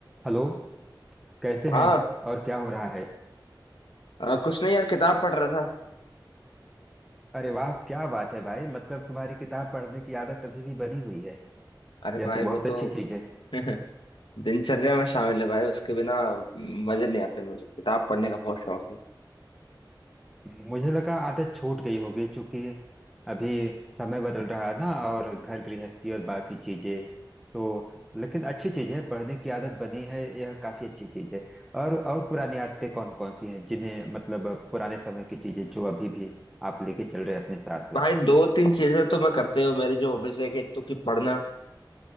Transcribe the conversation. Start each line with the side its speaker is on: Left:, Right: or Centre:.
Centre: हेलो कैसे हैं
Left: हाँ
Centre: और क्या हो रहा है
Left: आ, कुछ नहीं यार किताब पढ़ रहा था
Centre: अरे वाह क्या बात है भाई मतलब तुम्हारी किताब पढ़ने की आदत अभी भी बनी हुई है
Left: अरे
Centre: यह
Left: भाई
Centre: तो बहुत
Left: वो तो
Centre: अच्छी चीज है
Left: <laughs> दिनचर्या में शामिल है भाई उसके बिना मजे नहीं आते मुझे किताब पढ़ने का बहुत शौक है
Centre: मुझे लगा आदत छूट गई होगी क्योंकि अभी समय बदल रहा है ना और घर गृहस्थी और बाकी चीजें तो लेकिन अच्छी चीज है पढ़ने की आदत बनी है यह काफी अच्छी चीज है और और पुरानी आदतें कौन कौन सी हैं जिन्हें मतलब पुराने समय की चीजें जो अभी भी आप लेके चल रहे हैं अपने साथ में
Left: भाई दो तीन चीजें तो मैं करते हुए मेरी जो हॉबीज है कि एक तो कि पढ़ना